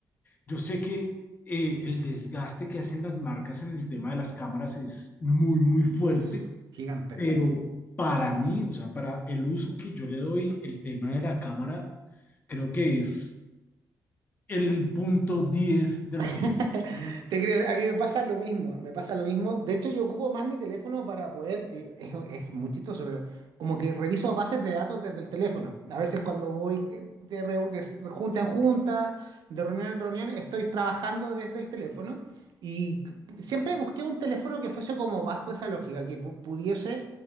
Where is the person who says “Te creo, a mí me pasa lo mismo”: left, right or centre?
Right